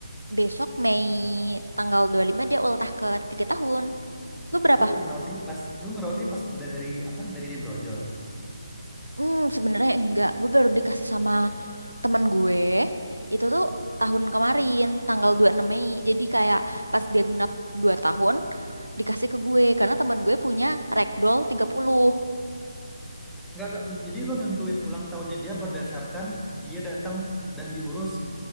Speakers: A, on the right; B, in the centre.
A: Besok Mei tanggal 25 dia ultah ke 3 tahun. Lu berapa
B: Lu ngerawat dia pas, lu ngerawat dia pas udah dari apa? Dari dia brojol.
A: Hmm, sebenarnya enggak. Gue baru dikasih sama temen gue. Itu tuh tahun kemarin, tanggal dua puluh enam Mei. Jadi kayak pas dia genap 2 tahun, dikasih ke gue. Karena temen gue punya ragdoll 30.
B: Enggak, enggak. Jadi lo nentuin ulang tahunnya dia berdasarkan dia datang dan diurus